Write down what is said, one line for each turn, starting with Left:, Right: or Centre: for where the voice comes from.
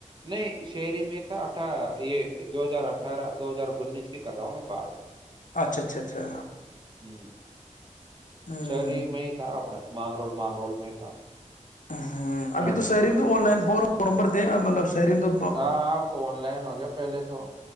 Right: نہیں شہری میں تھا اٹھ یہ دو ہزار اٹھارہ دو ہزار انیس کی کر رہا ہوں میں بات
Left: اچھا اچھا اچھا
Right: ہ
Left: ہوں
Right: شہری
Left: ہ
Right: میں ہی تھا اپنے مانگ رول مانگ رول میں تھا
Left: ہ
Right: اسٹارٹنگ
Left: ابھی تو شری تو آن لائن پبرتے ہیں مطلب شہرین تو
Right: ہاں آپ تو آن لائن ہو گیا پہلے تو